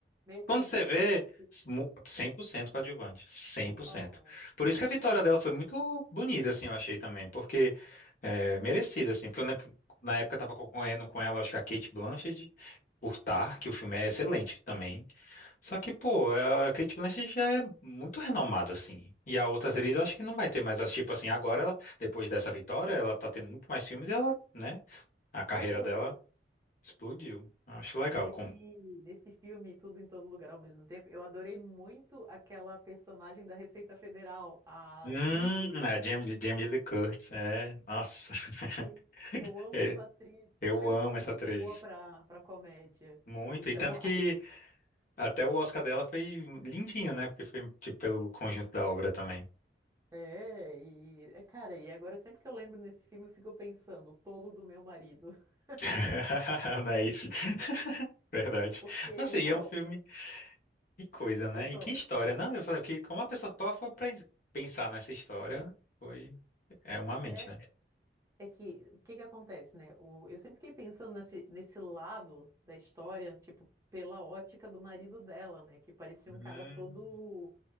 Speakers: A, on the right; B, on the left.
A: Meio coadjuvante?
B: Quando você vê, mu- 100% coadjuvante, cem Por
A: Oh,
B: cento. Por isso que a vitória dela foi muito bonita, assim, eu achei também, porque é, merecida, assim, porque eu lembro que na época eu tava concorrendo com ela, acho que a Kate Blanchett, por Tar, que o filme é excelente também. Só que, pô, a Kate Blanchett já é muito renomada, assim, e a outra
A: é.
B: atriz eu acho que não vai ter mais, as tipo assim, agora, ela, depois dessa vitória, ela tá tendo muito mais filmes e ela, né, a carreira
A: Aham.
B: dela explodiu. Eu acho legal,
A: Nesse,
B: como
A: nesse filme, Tudo em Todo Lugar ao mesmo tempo, eu adorei muito aquela personagem da Receita Federal, a
B: Hum,
A: Deirdre.
B: a Jamie, Jamie Lee Curtis, é. Nossa,
A: Sim,
B: <laughs>
A: Eu amo
B: É,
A: essa atriz.
B: eu
A: Ela é muito
B: amo essa atriz.
A: boa para para comédia.
B: Muito.
A: Então,
B: E tanto que até o Oscar dela foi lindinho, né? Porque foi, tipo, pelo conjunto da obra também.
A: É, e é, cara, e agora sempre que eu lembro nesse filme, eu fico pensando, o tolo do meu marido. <laughs>
B: <laughs> Não é isso? <laughs> Verdade.
A: Porque,
B: Nossa,
A: meu,
B: e é um filme. Que coisa, né?
A: pode falar.
B: E que história, não? Eu falei, porque como a pessoa topa pra pensar nessa história, foi. É uma mente,
A: É,
B: né?
A: é que o que que acontece, né? O, eu sempre fiquei pensando nesse, nesse lado da história, tipo, pela ótica do marido dela, né? Que parecia
B: Hum,
A: um cara todo